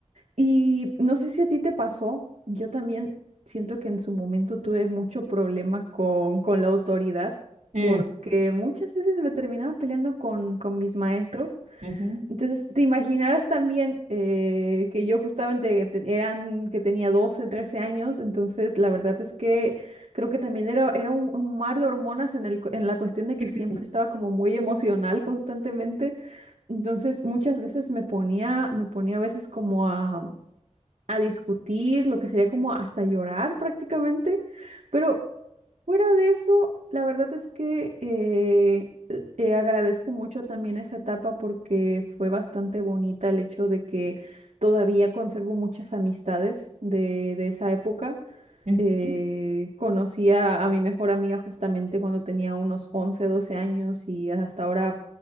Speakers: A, on the right (about 70°); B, on the right (about 90°).
A: Y no sé si a ti te pasó, yo también siento que en su momento tuve mucho problema con, con la autoridad,
B: Mm,
A: porque muchas veces me terminaba peleando con, con mis maestros.
B: ujú,
A: Entonces, te imaginarás también eh, que yo justamente te- eran, que tenía 12 13 años, entonces la verdad es que creo que también era, era un, un mar de hormonas en el, cu- en la cuestión de que
B: <laughs>
A: siempre estaba como muy emocional constantemente. Entonces, muchas veces me ponía, me ponía a veces como a a discutir, lo que sería como hasta llorar prácticamente. Pero fuera de eso, la verdad es que eh, l- eh, agradezco mucho también esa etapa porque fue bastante bonita el hecho de que todavía conservo muchas amistades de, de esa época.
B: ujú.
A: Eh, conocí a, a mi mejor amiga justamente cuando tenía unos 11 12 años y hasta ahora